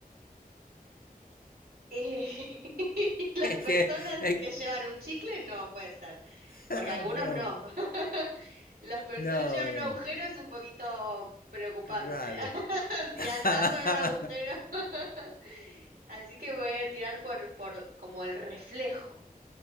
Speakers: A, on the right; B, on the left.
A: Eh,
B: <laughs>
A: <laughs> las
B: Es
A: personas
B: que... es-
A: que llevan un chicle no puede ser, porque
B: <laughs>
A: algunos
B: no,
A: no. <laughs> Las personas
B: no,
A: llevan
B: no.
A: agujero es un poquito preocupante.
B: Raro.
A: <laughs>
B: <laughs>
A: Si andas con un agujero. <laughs> Así que voy a tirar por, por como el reflejo.